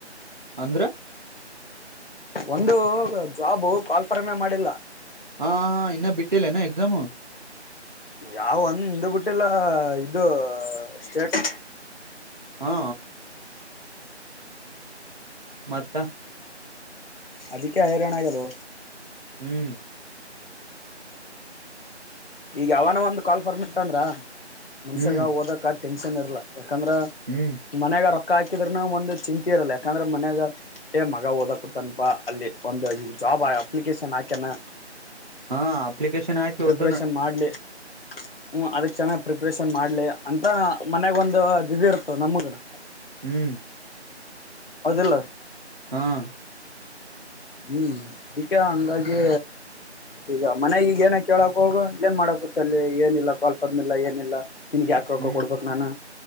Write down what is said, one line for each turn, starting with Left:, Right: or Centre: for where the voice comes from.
Right: ಅಂದ್ರ
Left: ಒಂದು ಜಾಬು ಕಾಲ್ಫಾರಮೆ ಮಾಡಿಲ್ಲ
Right: ಹಾ ಇನ್ನ ಬಿಟ್ಟಿಲೇನಾ ಎಕ್ಸಾಮು
Left: ಯಾವ ಒಂದು ಬಿಟ್ಟೆಲ್ಲ ಇದು ಸ್ಟೇಟ್
Right: ಹಾ ಮತ್ತ
Left: ಅದಕ್ಕೆ ಹೈರಾಣ ಆಗ್ಯಾದು
Right: ಹ್ಮ್
Left: ಈಗ ಯಾವನ ಒಂದು ಕಾಲ್ ಫಾರ್ಮ್ ಇತ್ತಂದ್ರ ಮನ್ಷ್ಯಾಗ
Right: ಹ್ಮ್
Left: ಹೋದಾಕ ಟೆನ್ಷನ್ ಇರ್ಲ ಯಾಕಂದ್ರ
Right: ಹ್ಮ್
Left: ಮನ್ಯಾಗ ರಕ್ ಅಕ್ಕ ಹಾಕಿದ್ರನ ಒಂದು ಚಿಂಂತಿ ಇರಲ್ಲ ಯಾಕಂದ್ರೆ ಮನ್ಯಾಗ ಏ ಮಗ ಓದಕತ್ತನ್ಪಾ ಅಲ್ಲಿ ಒಂದು ಈ ಜಾಬ್ ಅಪ್ಲಿಕೇಶನ್ ಹಾಕ್ಯನ
Right: ಹಾ ಅಪ್ಲಿಕೇಶನ್ ಹಾಕಿ ಒದು
Left: ಪ್ರೇಷನ್ ಮಾಡಲಿ ಹ್ಮ ಅದಕ್ ಚೆನ್ನಾಗ್ ಪ್ರಿಪರೇಷನ್ ಮಾಡ್ಲಿ ಅಂತ ಮನ್ಯಾಗ ಒಂದು ಅದು ಇದು ಇರ್ತದ ನಮಗನ
Right: ಹ್ಮ್
Left: ಹೌದಿಲ್ಲ
Right: ಹ್ಮ್
Left: ಹ್ಮ್ ಇದಿಕ ಹಂಗಾಗಿ ಈಗ ಮನೆಗ ಈಗ ಏನ ಕೇಳಕ್ ಹೋಗ ಏನ್ ಮಾಡಕ್ ಗತ್ತ ಅಲ್ಲಿ ಏನಿಲ್ಲ ಕಾಲ್ ಫಾರಮ್ ಇಲ್ಲ ಏನಿಲ್ಲ ನಿನ್ಗ್ ಯಾಕ ರಕ್ಕ
Right: ಹ್ಮ್
Left: ಕೊಡ್ಬೇಕು ನಾನು